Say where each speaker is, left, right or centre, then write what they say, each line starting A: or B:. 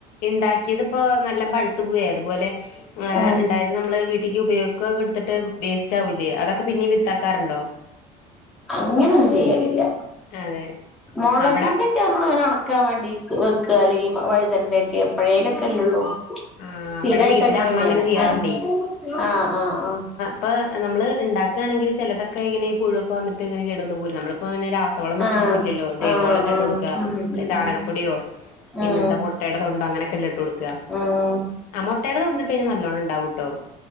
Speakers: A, on the left (about 60°); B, in the centre.
A: ഇണ്ടാക്ക്യേത് പ്പൊ നല്ലം പഴ് ത്തുവ്വെ അതുപോലെ
B: ഉം
A: ഇണ്ടായിര് ന്നമ്ള് വീട്ടിക്ക് പയോഗ്ക്കാ കട്ത്ത്ട്ട് വേസ് ചാവുല്യേ അതൊക്കെ പിന്നിം വിത്താക്കാറ്ണ്ടോ
B: അങ്ങനെന്നും ചെയ്യലില്ല
A: അതെ
B: മോളകിന്റെ
A: അവിടെ
B: ക്യ മ്മള് ങ്ങനെ ഒണക്കാവേണ്ടി വെക്കാ അല്ലെങ്കി വഴുതൻന്റെക്കെ എപ്പഴേലൊക്കെല്ലേള്ളൂ
A: ആ
B: സ്ഥിരായിട്ടങ്ങനെയ്യലേ
A: അവിടെ വീട്ടില് അമ്മ അങ്ങനെ ചെയ്യാറുണ്ടേ
B: ആഹ് ആഹ് ആഹ് ആഹ്
A: പ്പ നമ്മള് ണ്ടാക്കാണങ്കില് ചെലതക്കെ ഇങ്ങനെ പുഴൊക്കെ വന്നിട്ട് ങ്ങനെ കേടുവന്നു പോവോലോ നമ്മൾ ഇപ്പൊ അങ്ങനെ രാസ് സവളൊന്നുട്ടൊട്ക്കില്ലല്ലോ
B: ആഹ്
A: ജൈവവള
B: ആഹ് ആഹ് ആഹ്
A: ല്ലെ ഇട്ട് കൊട്ക്കാ
B: ഉം ഉം
A: അല്ലെ
B: ഉം
A: ചണകപ്പൊടിയോ പിന്നെന്ത
B: ഉം
A: പൊട് മുട്ടേടെ തൊണ്ടൊ അങ്ങനെക്കല്ലെ ഇട്ട് കൊട്ക്കാ
B: ഉം
A: ആഹ് മൊട്ടേടെ തൊണ്ട്ട്ടയ്ഞ്ഞാ നല്ലോണംണ്ടാവുട്ടോ